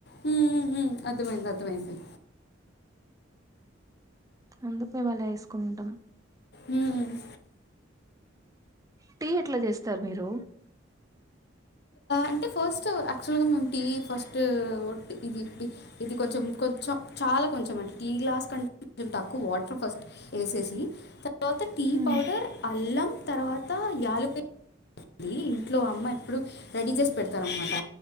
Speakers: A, on the left; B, on the right.
A: మ్మ్, మ్మ్, మ్మ్. అర్థమైంది అర్థమైంది
B: అందుకు వల వేసుకుంటాం
A: ఉమ్
B: టీ ఎట్లా చేస్తారు మీరు
A: అంటే ఫస్ట్ యాక్చువల్గా మేము టీ ఫస్ట్ ఒట్టి ఇది కొంచం కొంచం చాలా కొంచం అంటే టీ గ్లాస్ కంటే కొంచం తక్కువ వాటర్ ఫస్ట్ ఏసెసి తర్వాత టీ
B: హ్మ్
A: పౌడర్ అల్లం తర్వాత యాలుపైండి ఇంట్లో అమ్మ ఎప్పుడు రెడీ చేసి పెడతారనమాట